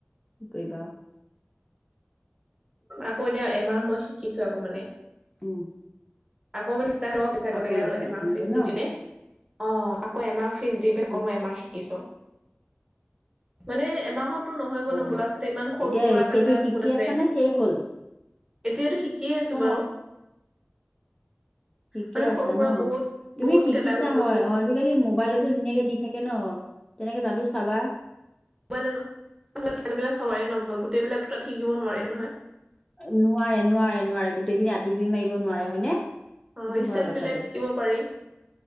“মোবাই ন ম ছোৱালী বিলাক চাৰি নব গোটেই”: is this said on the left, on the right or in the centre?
Right